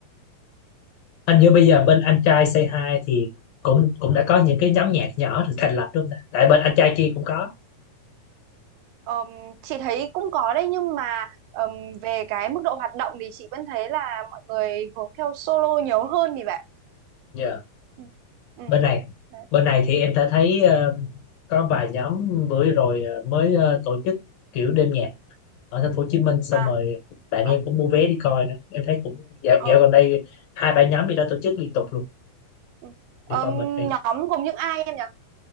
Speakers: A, on the left; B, on the right.
A: hình như bây giờ bên anh trai Say Hi thì cũng cũng đã có những cái nhóm nhạc nhỏ được thành lập luôn tại bên anh trai kia cũng có
B: Ờm, chị thấy cũng có đấy nhưng mà ờm, về cái mức độ hoạt động thì chị vẫn thấy là mọi người hướng theo solo nhiều hơn thì vậy.
A: Dạ.
B: Ừ. Ừ.
A: bên này
B: Đấy.
A: bên này thì em đã thấy ờ, có vài nhóm bữa rồi ờ, mới ờ, tổ chức kiểu đêm nhạc ở thành phố Hồ Chí Minh xong
B: À,
A: rồi bạn
B: à,
A: em cũng mua vé đi coi nữa em thấy cũng dạo
B: ờ,
A: dạo gần đây hai ba nhóm gì đó tổ chức liên tục luôn
B: ừ. Ờm,
A: đi coi mình đi
B: nhóm gồm những ai em nhỉ?